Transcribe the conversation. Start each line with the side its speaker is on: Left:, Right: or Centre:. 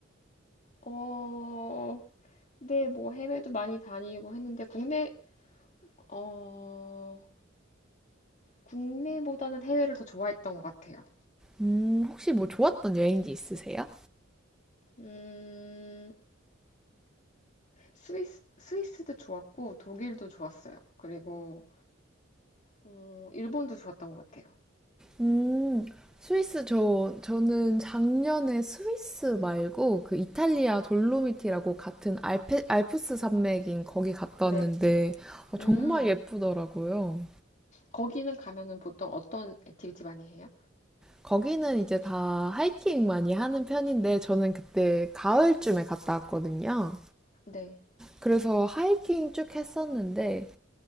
Left: 어, 네, 뭐 해외도 많이 다니고 했는데 국내 어 국내보다는 해외를 더 좋아했던 것 같아요.
Centre: 음, 혹시 뭐 좋았던 여행지 있으세요?
Left: 음 스위스 스위스도 좋았고 독일도 좋았어요. 그리고 어, 일본도 좋았던 것 같아요.
Centre: 음, 스위스 저 저는 작년에 스위스 말고 그 이탈리아 돌로미티라고 같은 알페, 알프스 산맥인 거기 갔다
Left: 네,
Centre: 왔는데 어, 정말
Left: 음
Centre: 예쁘더라고요.
Left: 거기는 가면은 보통 어떤 액티비티 많이 해요?
Centre: 거기는 이제 다 하이킹 많이 하는 편인데 저는 그때 가을쯤에 갔다 왔거든요.
Left: 네,
Centre: 그래서 하이킹 쭉 했었는데